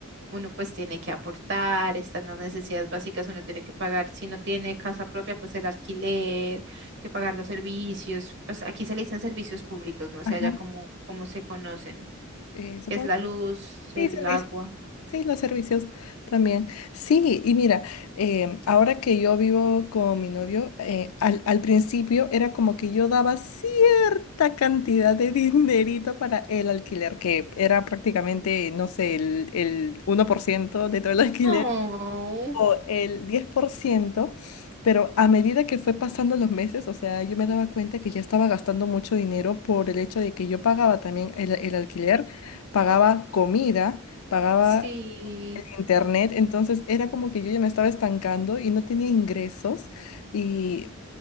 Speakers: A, on the right (about 55°); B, on the left (about 80°).
A: uno pues tiene que aportar, están las necesidades básicas, uno tiene que pagar, si no tiene casa propia, pues el alquiler, que pagar los servicios, pues aquí se le dicen servicios públicos, no
B: Ajá,
A: sé allá cómo, cómo se conocen,
B: eh, supongo.
A: que es la luz,
B: Sí,
A: el
B: servicios.
A: agua.
B: Sí, los servicios también. Sí, y mira, em, ahora que yo vivo con mi novio, eh, al, al principio era como que yo daba cierta cantidad de <laughs> dinerito para el alquiler, que era prácticamente, no sé, el, el uno por ciento de todo el alquiler.
A: Oh,
B: o el diez por ciento pero a medida que fue pasando los meses, o sea, yo me daba cuenta que ya estaba gastando mucho dinero por el hecho de que yo pagaba también el, el alquiler, pagaba comida, pagaba
A: sí.
B: internet, entonces era como que yo ya me estaba estancando y no tenía ingresos y